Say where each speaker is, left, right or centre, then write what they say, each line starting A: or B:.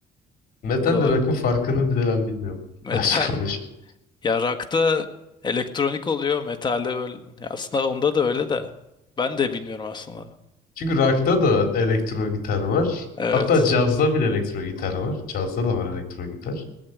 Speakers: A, on the left; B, on the left.
A: Metalle
B: bakalım.
A: rock'ın farkını bile ben bilmiyorum. <laughs>
B: Metal.
A: Açık konuşayım.
B: Ya rock'ta elektronik oluyor. Metalde böyle. Ya aslında onda da öyle de. Ben de bilmiyorum aslında.
A: Çünkü rock'ta da elektro gitar var.
B: Evet.
A: Hatta cazda bile elektro gitar var. Cazda da var elektro gitar.